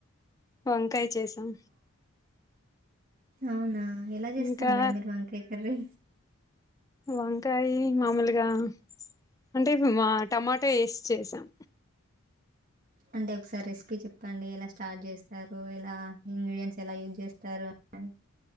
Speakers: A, on the left; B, on the right.
A: వంకాయ చేసాం
B: అవునా ఎలా చేస్తారు
A: ఇంకా
B: మేడం మీరు వంకయ్ కరీ
A: వంకాయ మామలుగా అంటే మా టమాటా వేసి చేసాం
B: అంటే ఒకసారి రెసిపీ చెప్పండి ఏలా స్టార్ట్ చేస్తారు ఇలా ఇంగ్రీడియన్ట్స్ ఎలా యూజ్ చేస్తారు అని